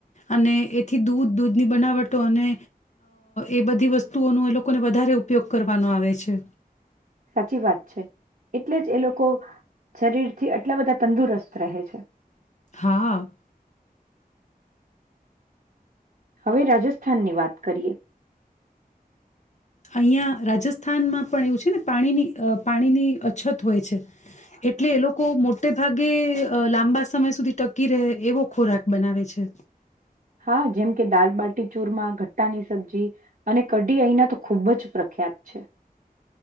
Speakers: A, on the left (about 45°); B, on the right (about 55°).
A: અને એથી દૂધ દૂધની બનાવટો, અને એ બધી વસ્તુઓનો એ લોકોને વધારે ઉપયોગ કરવાનો આવે છે.
B: સાચી વાત છે, એટલે જ એ લોકો શરીરથી આટલા બધા તંદુરસ્ત રહે છે.
A: હા.
B: હવે રાજસ્થાનની વાત કરીએ.
A: અહિયાંયા રાજસ્થાનમાં પણ એવું છે ને પાણીની અ પાણીની અછત હોય છે, એટલે એ લોકો મોટે ભાગે લાંબા સમય સુધી ટકી રહે એવો ખોરાક બનાવે છે.
B: હા જેમ કે દાલબાટી ચૂરમા, ઘટ્ટાની સબ્જી અને કઢી અહીંના તો ખૂબ જ પ્રખ્યાત છે.